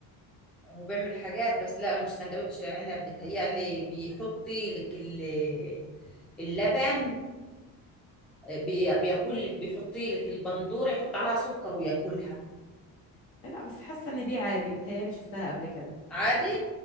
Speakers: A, in the centre; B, on the left.
A: هو بيعمل حاجات بس لا مش سندوتش عنب بتهيألي بيحطي لك ال- اللبن بي... بياكل لك بيحطي لك البندوره يحط عليها سكر وياكلها
B: لا بس حاسة ان دي عادي بتهيالي شفتها قبل كده
A: عادي